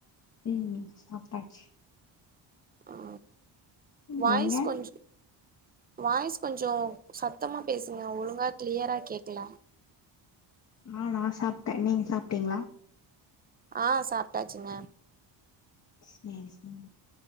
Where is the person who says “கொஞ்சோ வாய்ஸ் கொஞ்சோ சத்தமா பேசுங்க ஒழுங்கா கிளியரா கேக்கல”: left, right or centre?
Right